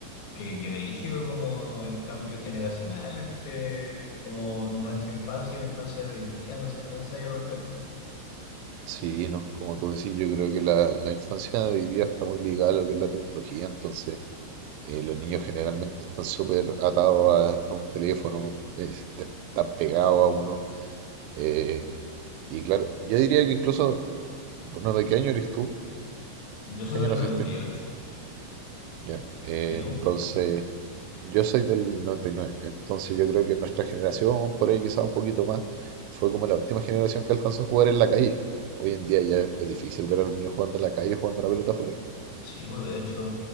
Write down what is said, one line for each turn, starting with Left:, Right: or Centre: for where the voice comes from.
Left: que, que brígido como el cambio generacional entre como nuestra infancia y la infancia de hoy en día, no sé qué pensáis al respecto.
Right: sí, no, como tú decís, yo creo que la, la infancia de hoy día está muy ligada a lo que es la tecnología, entonces eh, los niños generalmente están súper atados a, a un teléfono, eh, te- están pegados a uno, eh, y claro, yo diría que incluso, eh, bueno, ¿de qué año eres tú?
Left: Yo soy
Right: ¿Qué año
Left: del
Right: naciste?
Left: noventa y ocho.
Right: Ya, eh,
Left: ¿Y tú?
Right: entonces Yo soy del noventa y nueve, entonces yo creo que nuestra generación, por ahí quizá un poquito más, fue como la última generación que alcanzó a jugar en la calle. Hoy en día ya es, es difícil ver a los niños jugando en la calle, jugando a la pelota afuera.
Left: Sí, pues, de hecho,